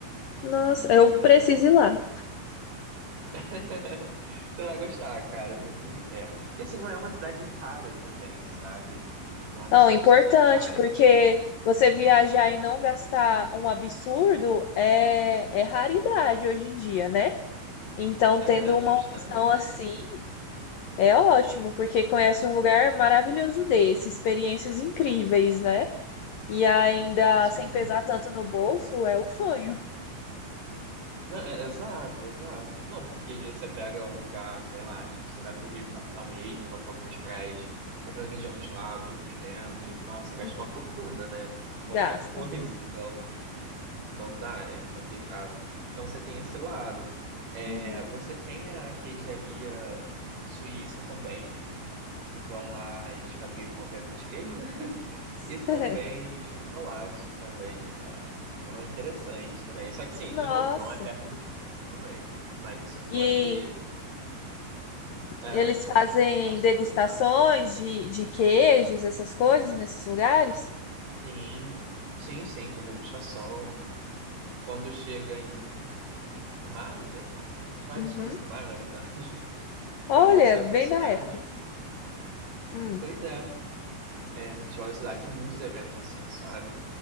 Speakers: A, on the left; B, on the right.
A: Nossa,
B: E
A: eu preciso ir lá.
B: <laughs> você vai gostar, cara, é muito no inverno. E assim, não é uma cidade cara também, sabe? Não acho
A: Não,
B: que seja
A: é importante,
B: uma cidade cara.
A: porque você viajar e não gastar um absurdo é, é raridade hoje em dia, né? Então,
B: É,
A: tendo uma
B: justamente.
A: opção assim, é ótimo, porque conhece um lugar maravilhoso desse, experiências incríveis, né? E ainda
B: Sim.
A: sem pesar tanto no bolso, é o sonho.
B: Não, é, exato, exato. Não, porque às vezes você pega um lugar, sei lá, tipo, você vai pro Rio Capital mesmo, vai pra algumas praias, ou pra região dos lagos, dependendo, e nossa, gasta
A: Uhum.
B: uma fortuna, né? Qualquer
A: Gasta.
B: <laughs> coisa, então. não dá, é complicado. Então você tem esse lado. É,
A: Uhum.
B: você tem a queijaria suíça também. Então lá eles fabricam, obviamente, queijo <laughs>
A: <laughs>
B: e também chocolate também, sabe? Então é interessante também. Só que sim,
A: Nossa.
B: de novo, não é perto do centro também. Mas você
A: E
B: pode. É,
A: eles fazem
B: dá pra você
A: degustações
B: aproveitar.
A: de, de queijos, essas coisas, nesses lugares?
B: Sim, sim, sim, tem degustação. Quando chega em, em maio, né? Nós
A: Uhum.
B: estamos em maio, na verdade, <laughs>
A: Olha,
B: que é o aniversário
A: bem
B: da cidade.
A: da época. Hum.
B: Pois é, é, no Festival da Cidade tem muitos eventos assim, sabe?